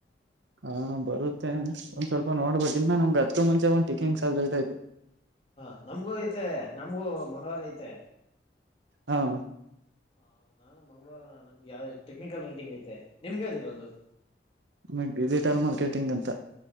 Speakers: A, on the right (about 85°); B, on the left (about 30°).
A: ಹಾ ಬರುತ್ತೆ ಒಂದ್ ಸ್ವಲ್ಪ ನೋಡ್ಬೋದನ್ನ ನಮ್್ರತ್ಕ ಮುಂಚೆ ಒಂದ್ ಟೀಕಿಂಗ್ ಸಬ್ಜೆಕ್ಟ್ ಆಯ್ತು
B: ಹಾ ನಮ್ಗೂ ಐತೆ ನಮ್ಗೂ ಮಂಗಗಳವಾರ ಐತೆ
A: ಹ
B: ಹ ನಾನು ಮಂಗಳವಾರ ನಮ್ಗೆ ಯಾವ ಟೆಕ್ನಿಕಲ್ ರೈಟಿಂಗ್ ಐತೆ ನಿಮ್ಗೆ ಯಾವ್ದಿ ಇರೋ ಅದು
A: ಮ ಡಿಜಿಟಲ್ ಮಾರ್ಕೆಟಿಂಗ್ ಅಂತ